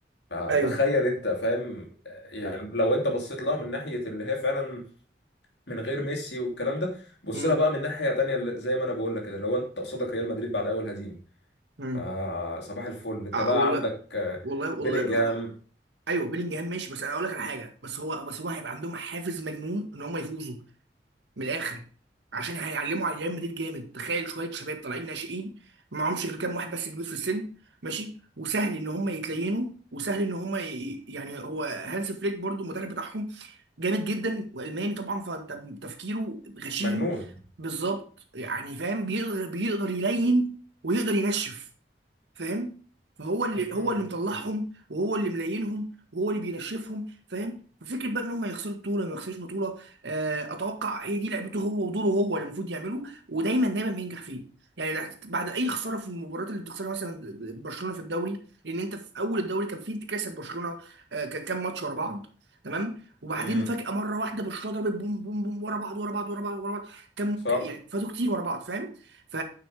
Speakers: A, on the left; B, on the right.
A: فتخيل
B: ايوه
A: انت فاهم يعني لو انت بصيت لها من ناحيه اللي هي فعلا من غير ميسي والكلام ده بص
B: امم
A: لها بقى من ناحيه تانيه اللي- زي ما انا بقول لك كده لو انت قصادك ريال مدريد بعد اول هزيمه
B: امم
A: آه صباح الفل انت
B: آه
A: بقى
B: والله
A: عندك آه،
B: والله والله
A: بيلينجهام
B: آه. آه، آه. ايوه بيلينجهام ماشي بس انا اقول لك على حاجه بس هو بس هو هيبقى عندهم حافز مجنون ان هم يفوزوا من الاخر عشان هيعلموا على ريال مدريد جامد تخيل شويه شباب طالعين ناشئين معهمش غير كام واحد بس كبير في السن ماشي وسهل ان هم يتلينوا وسهل ان هم ي... يعني هو هانس فليك برضو المدرب بتاعهم جامد جدا والماني طبعا فانت تفكيره غشيم
A: مجنون
B: بالظبط يعني فاهم بيقدر بيقدر يلين ويقدر ينشف فاهم فهو اللي
A: مم.
B: هو اللي مطلعهم وهو اللي ملاينهم وهو اللي بينشفهم فاهم ففكرة بقى ان هم يخسروا بطوله ما يخسروش بطوله آه، اتوقع هي دي لعبته هو ودوره هو اللي المفروض يعمله ودايما دايما بينجح فيه يعني بعد اي خساره في المباريات اللي بتخسرها مثلا برشلونه في الدوري لان انت في اول الدوري كان في انتكاسه برشلونه آه، كان كام ماتش ورا بعض تمام وبعدين
A: امم
B: فجاه مره واحده برشلونه ضربت بوم بوم بوم ورا بعض ورا بعض ورا بعض ورا بعض كان
A: صح
B: يعني فاتوا كتير ورا بعض فاهم ف